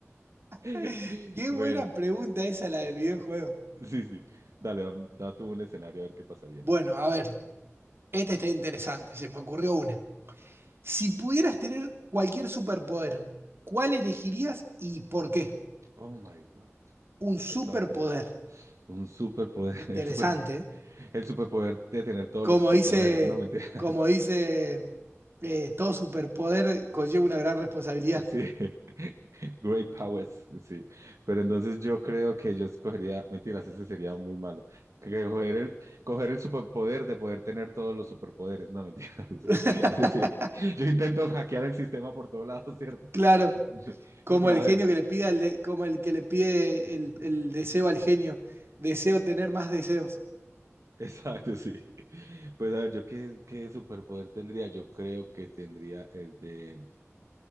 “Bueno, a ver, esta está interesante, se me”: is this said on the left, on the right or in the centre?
Right